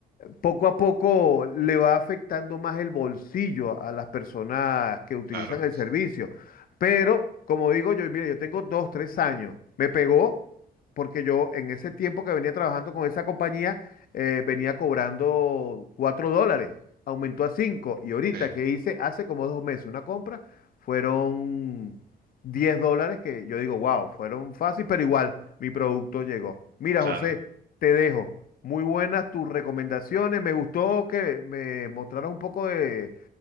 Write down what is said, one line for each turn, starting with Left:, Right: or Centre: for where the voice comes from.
Left: poco a poco le va afectando más el bolsillo a las personas que utilizan
Right: claro,
Left: el servicio. Pero, como digo yo, mira, yo tengo dos, tres años. Me pegó porque yo en ese tiempo que venía trabajando con esa compañía, eh, venía cobrando cuatro dólares. Aumentó a cinco. Y ahorita
Right: sí,
Left: que hice hace como dos meses una compra, fueron 10 dólares que yo digo, wow, fueron fácil, pero igual mi producto llegó. Mira,
Right: claro,
Left: José. Te dejo. Muy buenas tus recomendaciones. Me gustó que me mostraras un poco de,